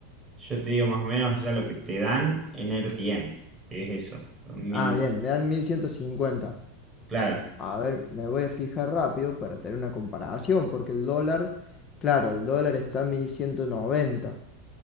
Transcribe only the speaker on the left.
Ah, bien, me dan mil ciento cincuenta
A ver, me voy a fijar rápido para tener una comparación, porque el dólar, claro, el dólar está en 1190.